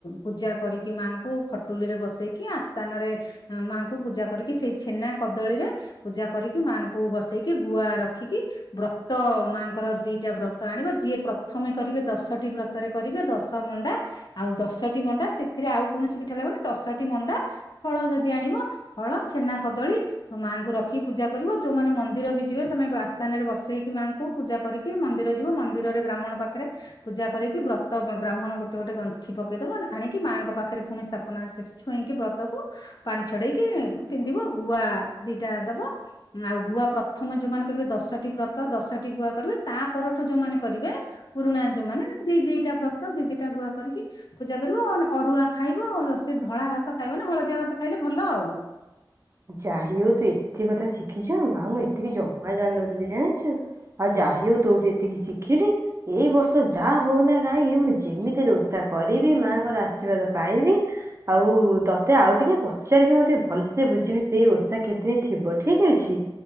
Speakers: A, on the left; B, on the right.
A: ପୂଜା କରିକି ମାଙ୍କୁ ଖଟୁଲି ରେ ବସେଇକି ଆସ୍ଥାନ ରେ ମାଙ୍କୁ ପୂଜା କରିକି ସେଇ ଛେନା କଦଳୀରେ ପୂଜା କରିକି ମାଆଙ୍କୁ ବସେଇକି ଗୁଆ ରଖିକି ବ୍ର ତ ମାଆଙ୍କର ଦିଟା ବ୍ରତ ଆଣିବ ଯିଏ ପ୍ରଥମେ କରିବେ ଦଶଟି ବ୍ରତରେ କରିବେ ଦଶ ମଣ୍ଡା ଆଉ ଦଶଟି ମଣ୍ଡା ସେଥିରେ ଆଉ କୌଣସି ପିଠା ଲାଗୁନି ଦଶଟି ମଣ୍ଡା ଫଳ ଯଦି ଆଣିବ ଫଳ, ଛେନା, କଦଳୀ ସ ମାଆଙ୍କୁ ରଖି ପୂଜା କରିବ, ଯୋଉମାନେ ମନ୍ଦିର ବି ଯିବେ ତମେ ଆସ୍ଥାନରେ ବସେଇକି ମାଙ୍କୁ ପୂଜା କରିକି ମନ୍ଦିର ଯିବ ମନ୍ଦିରରେ ବ୍ରାହ୍ମଣ ପାଖରେ ପୂଜା କରିକି ବ୍ରତ ବ୍ରାହ୍ମଣ ଗୋଟେ ଗୋଟେ ଗଣ୍ଠି ପକେଇଦବ ଆଣିକି ମାଆଙ୍କ ପାଖରେ ପୁଣି ସ୍ଥାପନା ସେଠି ଛୁଏଁଇକି ବ୍ରତକୁ ପାଣି ଛଡେଇକି ପିନ୍ଧିବ ଗୁଆ ଦିଟା ଦବ ଆଉ ଗୁଆ ପ୍ରଥମ ଯୋଉମାନେ କରିବେ ଦଶଟି ବ୍ର ତ ଦଶଟି ଗୁଆ କରିବେ, ତା ପରଠୁ ଯୋଉମାନେ କରିବେ ପୁରୁଣା ଯୋଉମାନେ ଦି ଦିଟା ବ୍ରତ ଦି ଦିଟା ଗୁଆ କରିକି ପୂଜା କରିବ ଅରୁଆ ଖାଇବ ଆ ସେ ଧଳା ଭାତ ଖାଇବନି ହଳଦିଆ ଭାତ ଖାଇଲେ ଭଲ ଆଉ।
B: ଯାହାଇ ହଉ ତୁ ଏତେ କଥା ଶିଖିଛୁ ମା ମୁଁ ଏତିକି ଜମା ଜାଣିନଥିଲି ଜାଣିଛୁ। ଆଉ ଯାହାଇ ହଉ ତୋଠୁ ଏତିକି ଶିଖିଲି। ଏଇ ବର୍ଷ ଯାହା ହଉନା କାହିଁକି ମୁଁ ଯେମିତି ରେ ଓଷା କରିବି ମାଆଙ୍କର ଆଶୀର୍ବାଦ ପାଇବି। ଆଉ ତତେ ଆଉ ଟିକେ ପଚାରିକି ମୁଁ ଟିକେ ଭଲସେ ସେ ବୁଝିବି ସେଇ ଓଷା କେତେ ଥିବ ଠିକ ଅଛି,